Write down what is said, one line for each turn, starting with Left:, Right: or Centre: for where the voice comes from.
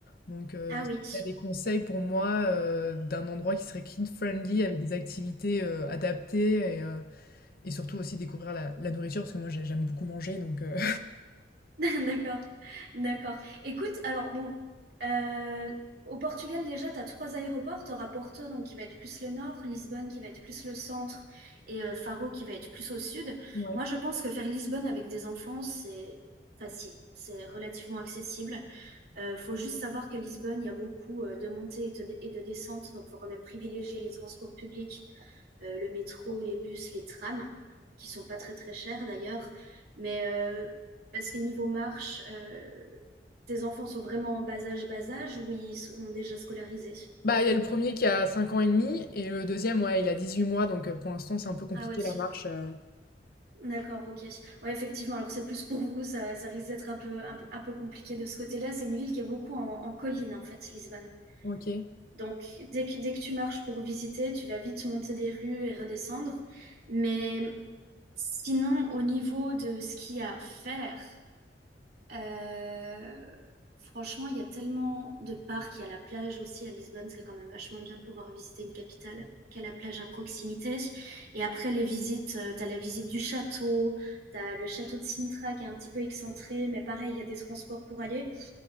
Left: Donc, euh,
Right: Ah oui.
Left: si t'as des conseils pour moi euh, d'un endroit qui serait kid-friendly, avec des activités euh, adaptées et, euh, et surtout aussi découvrir la, la nourriture, parce que moi, j'ai- j'aime beaucoup manger, donc... euh,
Right: <laughs> D'accord, d'accord. Écoute, alors bon, euh, au Portugal déjà, tu as trois aéroports. Tu auras Porto, donc qui va être plus le nord, Lisbonne qui va être plus le centre, et euh, Faro qui va être plus au sud.
Left: <laughs>
Right: Moi, je pense que faire Lisbonne avec des enfants, c'est facile, c'est relativement accessible. Euh, faut juste savoir que Lisbonne, il y a beaucoup euh, de montées et de, et de descentes, donc faut quand même privilégier les transports publics euh, le métro, les bus, les trams, qui sont pas très très chers d'ailleurs, mais euh, parce que niveau marche, euh, tes enfants sont vraiment en bas âge, bas âge, ou ils sont déjà scolarisés?
Left: Bah, il y a le premier qui a 5 ans et demi et le deuxième ouais, il a 18 mois, donc heu, pour l'instant, c'est un peu compliqué
Right: Ah oui,
Left: la marche, heu
Right: d'accord, ok. Ouais, effectivement, alors c'est plus pour vous, ça, ça risque d'être un peu, un, peu un peu compliqué de ce côté-là. C'est une ville qui est beaucoup en, en colline, en fait, Lisbonne.
Left: OK.
Right: Donc, dès que, dès que tu marches pour visiter, tu vas vite monter des rues et redescendre. Mais sinon, au niveau de ce qu'il y a à faire, Euh, franchement, il y a tellement de parcs. Il y a la plage aussi à Lisbonne. C'est quand même vachement bien de pouvoir visiter une capitale qui a la plage à proximité. Et après les visites, euh, t'as la visite du château, t'as le château de Sintra qui est un petit peu excentré, mais pareil, il y a des transports pour aller.